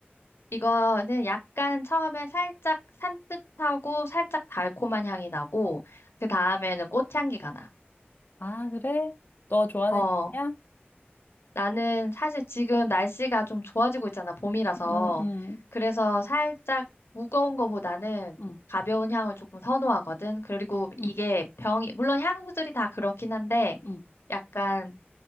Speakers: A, on the left (about 85°); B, on the left (about 50°).
A: 이거는 약간 처음에 살짝 산뜻하고 살짝 달콤한 향이 나고, 그 다음에는 꽃향기가 나.
B: 아, 그래? 너 좋아하는
A: 어,
B: 향이야?
A: 나는 사실 지금 날씨가 좀 좋아지고 있잖아, 봄이라서.
B: 응, 응,
A: 그래서 살짝 무거운 거보다는
B: 응,
A: 가벼운 향을 조금 선호하거든. 그리고
B: 응,
A: 이게 병이, 물론 향들이 다 그렇긴 한데,
B: 응.
A: 약간